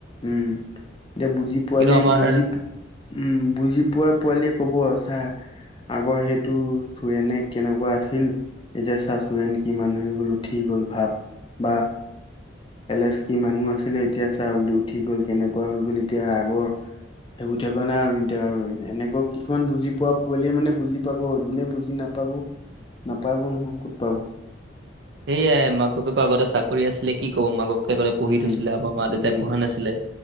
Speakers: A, on the left; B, on the right.
A: উম', এতিয়া বুজি পোৱালি
B: কিন্তু আমাৰ
A: বুজি পু উম', বুজি পোৱা পোৱালিয়ে কব চা আগৰ সেইটো <unintelligible> কেনেকুৱা আছিল। এতিয়া চা চোৰেন কি মানু হৈ গল, উঠি গল ভাপ। বা এলেচ কি মানুহ আছিলে এতিয়া চা বুলু উঠি গল, কেনেকুৱা হৈ গল, এতিয়া আগৰ <unintelligible> <unintelligible> এনেকুৱা কিছুমান বুজি পোৱা পোৱালিয়ে মানে বুজি পাব। যোনে বুজি নাপ পাব, নাপাইব নহ। ক'ত পাব।
B: সেয়াই মাক-বাপেক আগতে চাকৰি আছিলে কি ক'ব মাক-বাপ <unintelligible> পহি
A: উম
B: থৈছিলে, আমাৰ মা-দেউতাই
A: উম
B: পহা নাছিলে।